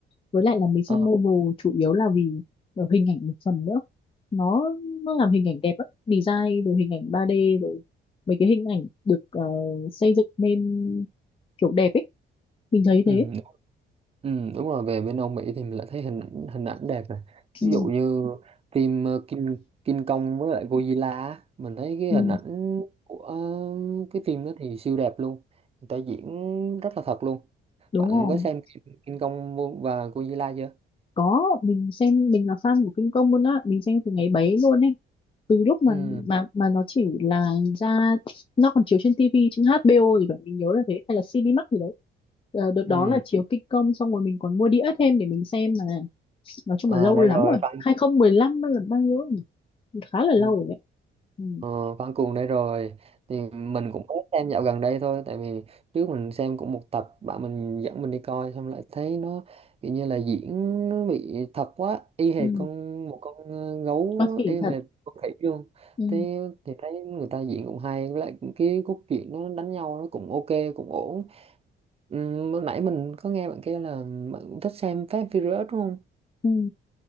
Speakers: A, on the left (about 25°); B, on the right (about 30°).
A: với lại là mình xem
B: Ờ,
A: novel chủ yếu là vì ờ, hình ảnh một phần nữa nó nó làm hình ảnh đẹp ấy design rồi hình ảnh 3D rồi mấy cái hình ảnh được ờ, xây dựng nên kiểu đẹp ấy mình thấy
B: ừ.
A: thế
B: Ừ, đúng rồi về bên Âu Mỹ thì mình lại thấy hình hình ảnh đẹp này ví
A: Ừ.
B: dụ như phim ờ, King King Kong với lại Godzilla á, mình thấy cái
A: ừ,
B: hình ảnh của ờ, cái phim đó thì siêu đẹp luôn người ta diễn rất là thật luôn
A: đúng
B: bạn
A: rồi
B: có xem phim King Kong và Godzilla chưa
A: có mình xem mình là fan của kinh công luôn á mình xem từ ngày bấy luôn ấy từ lúc mà
B: ừ,
A: mà mà nó chỉ là ra nó còn chiếu trên TV trên HBO thì vậy mình nhớ là thế hay là Cinemax gì đấy Ờ, đợt đó
B: ừ.
A: là chiếu kinh công xong rồi mình còn mua đĩa thêm để mình xem mà nói chung
B: À,
A: là lâu
B: đây
A: lắm
B: rồi
A: rồi
B: fan
A: 2015 lăm là bao nhiêu nhỉ? khá là lâu
B: Ừ.
A: rồi đấy ừ.
B: Ờ, Văn Cuồng đây rồi thì mình cũng mới xem dạo gần đây thôi tại vì trước mình xem cũng một tập bạn mình dẫn mình đi coi xong lại thấy nó kiểu như là diễn nó bị thật quá y hệt
A: Ừ.
B: con một con ờ, gấu
A: có thể
B: y
A: thật
B: hệt con khỉ luôn
A: ừ.
B: thế thì thấy người ta diễn cũng hay với lại cái cốt truyện nó đánh nhau nó cũng ok cũng ổn ừ, lúc nãy mình có nghe bạn kia là bạn cũng thích xem Fast and Furious đúng không
A: Ừ.